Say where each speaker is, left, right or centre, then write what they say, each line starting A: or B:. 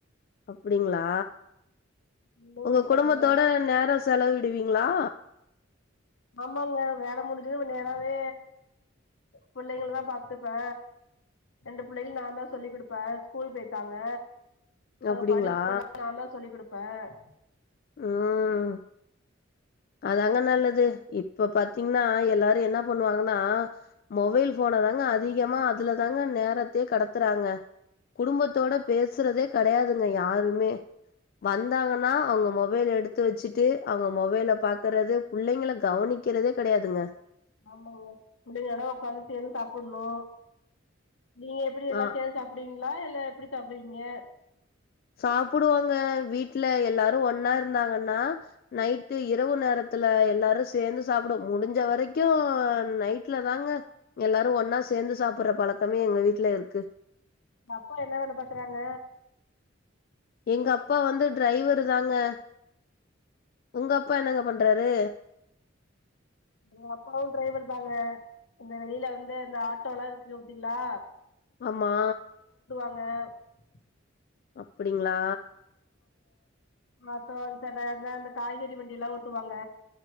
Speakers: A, on the left; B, on the left.
A: அப்டிங்களா
B: இன்னு
A: உங்க
B: ஒரு
A: குடும்பத்தோட
B: பைய
A: நேர செலவி டுவிங்களா
B: ஆமாங்க வேல முடிஞ்சது நேராவே பிள்ளைங்களதா பாத்துப்பே ரெண்டு பிள்ளைகளு நா தா சொல்லிக்குடுப்பே ஸ்கூல் பெயிட்டாங்க அவங்க
A: அப்டிங்களா
B: படிப்பெல்லா நா தா சொல்லிக்குடுப்பே ப்ப
A: ம் அதாங்க நல்லது இப்ப பாத்தீங்கன்னா எல்லாரு என்னா பண்ணுவாங்கன்னா மொபைல் ஃபோன தாங்க அதிகமா அதுலதாங்க நேரத்தையே கடத்துறாங்க குடும்பத்தோட பேசுறதே கெடையாதுங்க யாருமே வந்தாங்கன்னா அவங்க மொபைல் எடுத்துவச்சுட்டு அவங்க மொபைல பாக்கறது புள்ளைங்கள கவனிக்கிறதே கெடையாதுங்க
B: ஆமாங்க முடிஞ்சடு உக்காந்து சேந்து சாப்புட்ணு நீங்க எப்டி எல்லா
A: ஆ
B: சேந்து சாப்புடுவீங்களா இல்ல எப்டி சாப்டுவீங்க
A: சாப்புடுவோங்க வீட்ல எல்லாரு ஒன்னாருந்தாங்கன்னா நைட்டு் இரவு நேரத்துல எல்லாரு சேந்து சாப்டுவோ முடிஞ்ச வரைக்கு நைட்லதாங்க எல்லாரு ஒன்னா சேந்து சாப்ட்ற பழக்கமே எங்க வீட்ல இருக்கு
B: உங்க அப்பா என்ன வேல பாக்குறாங்க
A: எங்க அப்பா வந்து டிரைவருதாங்க உங்க அப்பா என்னங்க பண்றாரு
B: எங்க அப்பாவும் டிரைவர்தாங்க இந்த வெளில வந்து அந்த ஆட்டோல்லா இருக்குங்க பாத்தீங்களா
A: ஆமா
B: <unintelligible>
A: அப்டிங்களா
B: மத்த <unintelligible> இந்த காய்கறி வண்டியெல்லா ஓட்டுவாங்க